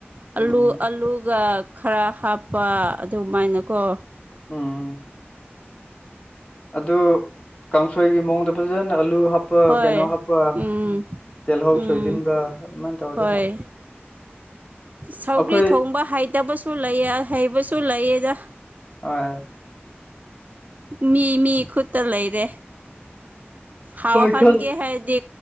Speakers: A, on the right (about 40°); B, on the left (about 30°).
A: ꯑꯂꯨ
B: ꯎꯝ
A: ꯑꯜꯂꯨꯒ ꯈꯔ ꯍꯥꯞꯄ ꯑꯗꯨꯃꯥꯏꯅꯀꯣ
B: ꯎꯝ ꯑꯗꯨ ꯀꯥꯡꯁꯣꯏꯒꯤ ꯃꯑꯣꯡꯗ ꯐꯖꯅ ꯑꯂꯨ ꯍꯥꯞꯄ
A: ꯍꯣꯏ
B: ꯀꯩꯅꯣ ꯍꯥꯞꯄ
A: ꯎꯝ
B: ꯇꯦꯜ ꯍ
A: ꯎꯝ
B: ꯁꯣꯏꯗꯟꯕ ꯏ ꯇꯧꯔꯗ
A: ꯍꯣꯏ
B: ꯍꯥꯎ
A: ꯁꯧꯒ꯭ꯔꯤ
B: ꯑꯩꯈꯣꯏ
A: ꯊꯣꯡꯕ ꯍꯩꯇꯕꯁꯨ ꯂꯩ ꯍꯩꯕꯁꯨ ꯂꯩꯑꯗ
B: ꯑ
A: ꯃꯤ ꯃꯤ ꯈꯨꯠꯇ ꯂꯩꯔꯦ ꯍꯋꯥ
B: ꯍꯣꯏ
A: ꯈꯥꯟꯒꯦ
B: ꯈꯪ
A: ꯍꯥꯏ ꯗ